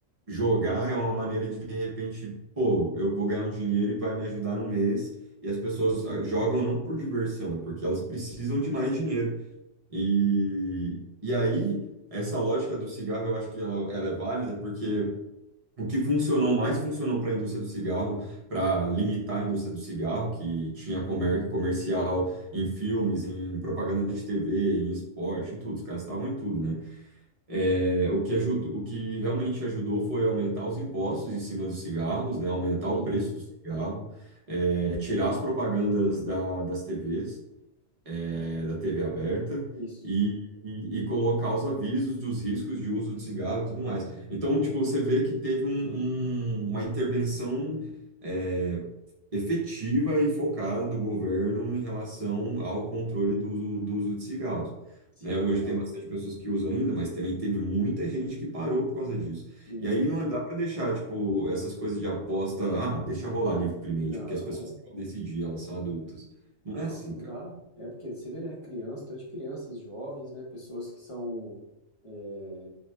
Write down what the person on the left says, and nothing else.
Sim,
isso.
Sim,
total.
Isso.
Não,
é.
Nossa,
não
dá. É porque você vê, né? Criança, tanto de crianças, jovens, né? Pessoas que são é,